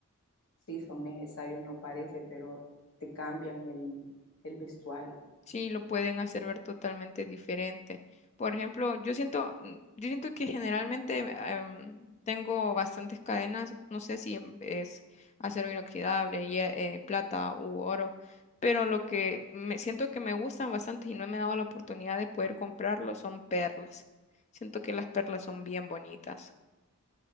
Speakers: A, on the left; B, on the left.
A: sí son necesarios, no parece, pero te cambian el, el vestuario.
B: Sí, lo pueden hacer ver totalmente diferente. Por ejemplo, yo siento, mm, yo siento que generalmente em, tengo bastantes cadenas, no sé si em- es acero inoxidable, hie- eh, plata u oro, pero lo que me siento que me gustan bastante y no me he dado la oportunidad de poder comprarlo son perlas. Siento que las perlas son bien bonitas.